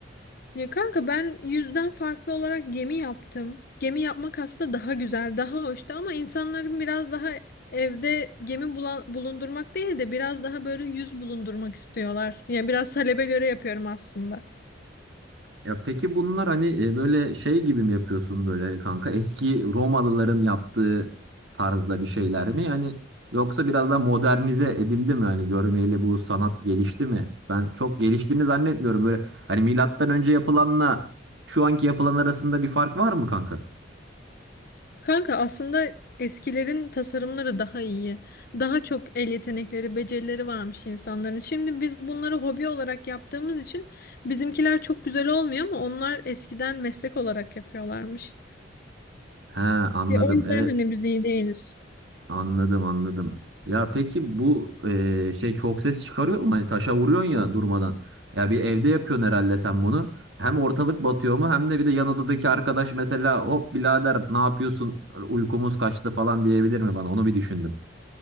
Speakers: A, on the left (about 55°); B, on the right (about 75°).
A: Ya kanka ben yüzden farklı olarak gemi yaptım. Gemi yapmak aslında daha güzel, daha hoştu ama insanların biraz daha evde gemi bulan- bulundurmak değil de biraz daha böyle yüz bulundurmak istiyorlar. Yani biraz talebe göre yapıyorum aslında.
B: Ya peki bunlar hani e, böyle şey gibi mi yapıyorsun böyle kanka? Eski Romalıların yaptığı tarzda bir şeyler mi? Yani yoksa biraz daha modernize edildi mi? Hani görmeyeli bu sanat gelişti mi? Ben çok geliştiğini zannetmiyorum. Böyle hani milattan önce yapılanla şu anki yapılan arasında bir fark var mı kanka?
A: Kanka aslında eskilerin tasarımları daha iyi. Daha çok el yetenekleri, becerileri varmış insanların. Şimdi biz bunları hobi olarak yaptığımız için bizimkiler çok güzel olmuyor ama onlar eskiden meslek olarak yapıyorlarmış.
B: He anladım.
A: Ya, o yüzden
B: E
A: hani biz iyi değiliz.
B: Anladım anladım. Ya peki bu e, şey çok ses çıkarıyor mu? Hani taşa vuruyorsun ya durmadan. Ya bir evde yapıyorsun herhalde sen bunu. Hem ortalık batıyor mu hem de bir de yan odadaki arkadaş mesela hop birader ne yapıyorsun uykumuz kaçtı falan diyebilir mi bana? Onu bir düşündüm.